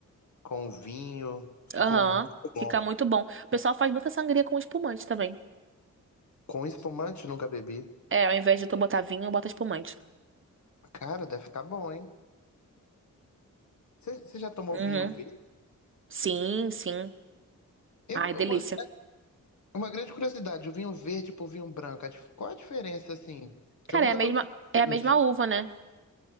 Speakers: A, on the left (about 65°); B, on the right (about 40°).
A: com vinho. Ficou
B: Aham.
A: muito bom.
B: Fica muito bom. O pessoal faz muita sangria com espumante também.
A: Com espumante nunca bebi.
B: É, ao invés de tu botar vinho, eu boto espumante.
A: Cara, deve ficar bom, hein? Você já tomou
B: Uhum.
A: vinho verde?
B: Sim, sim.
A: Eu,
B: Ai, delícia.
A: é uma, é uma grande curiosidade, o vinho verde pro vinho branco, a dif- qual a diferença, assim?
B: Cara,
A: Que eu nunca
B: é a mesma,
A: tomei vinho
B: é
A: verde.
B: a mesma uva, né?